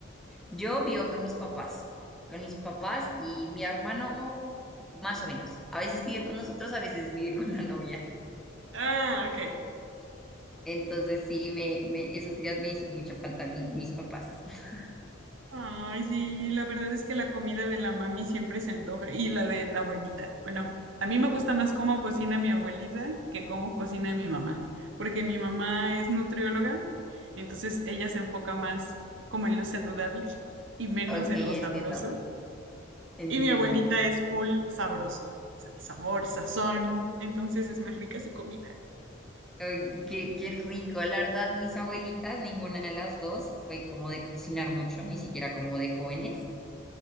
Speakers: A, in the centre; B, on the right.
A: Yo vivo con mis papás, con mis papás y mi hermano más o menos. A veces vive con nosotros, a veces vive con la novia.
B: Ah, ok.
A: Entonces sí, me, me- esos días me hizo mucha falta mi- mis papás. <laughs>
B: Ay, sí, la verdad es que la comida de la mami siempre se antoja y la de la abuelita. Bueno, a mí me gusta más cómo cocina mi abuelita que cómo cocina mi mamá, porque mi mamá es nutrióloga, entonces ella se enfoca más como en lo saludable y menos
A: Ok,
B: en lo sabroso.
A: entiendo, entiendo,
B: Y mi abuelita
A: entiendo.
B: es full sabroso, o sea, sabor, sazón, entonces es más rica su comida.
A: Ay, qué, qué rico, la verdad, mis abuelitas, ninguna de las dos fue como de cocinar mucho, ni siquiera como de jóvenes.